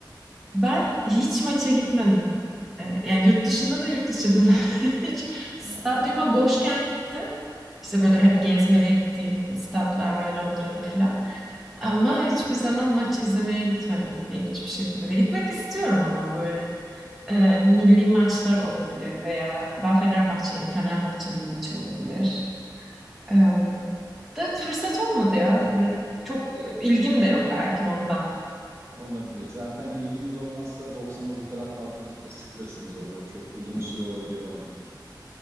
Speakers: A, in the centre; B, on the right.
A: Ben hiç maça gitmedim. Ee, yani yurt dışında da yurt içinde de. <laughs> Hiç stadyuma
B: Anladım.
A: boşken gittim. İşte böyle hani gezmeye gittiğim statlar var Londra'da filan. Ama hiçbir zaman maç izlemeye gitmedim ilginç bir şekilde. Gitmek istiyorum ama böyle e, milli maçlar olabilir veya ben Fenerbahçeliyim, Fenerbahçe'nin maçı olabilir.
B: Anladım.
A: E, da fırsat olmadı ya. Öyle çok e, ilgim de yok belki ondan.
B: Olabilir. Zaten ilginiz olmazsa 90 dakikadan fazla bir süre sıkılırsınız orada. Çok uzun bir süre olabiliyor bazen.